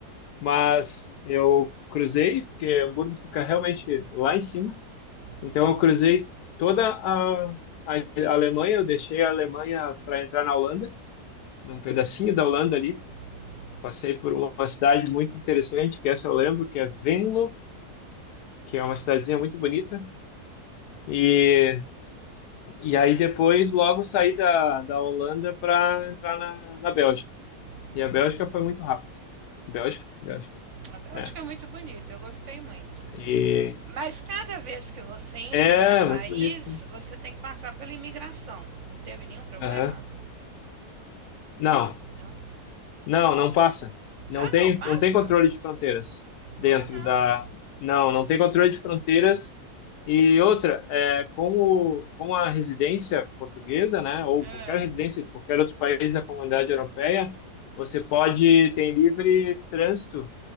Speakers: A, on the left; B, on the right.
A: mas eu cruzei, porque Hamburgo fica realmente lá em cima
B: hum,
A: Então, eu cruzei toda a, a Alemanha, eu deixei a Alemanha para entrar na Holanda, num pedacinho da Holanda ali.
B: hum,
A: Passei por uma cidade muito interessante, que essa eu lembro, que é Venlo, que é uma cidadezinha muito bonita. E, e aí depois, logo saí da, da Holanda para entrar na, na Bélgica.
B: hum.
A: E a Bélgica foi muito rápido. Bélgica, Bélgica.
B: A Bélgica
A: É,
B: é muito bonita, eu gostei muito.
A: e,
B: Mas cada vez que você entra
A: é
B: no país,
A: muito bonito, sim.
B: você tem que passar pela imigração. Não teve nenhum problema?
A: Aham. Não,
B: Não.
A: Não, não passa. Não
B: Ah,
A: tem,
B: não, passa?
A: não tem controle de fronteiras dentro
B: Ah, não.
A: da. Não, não tem controle de fronteiras. E outra, é, como, como a residência portuguesa, né, ou
B: É,
A: qualquer residência de qualquer outro país da comunidade europeia, você pode ter livre trânsito,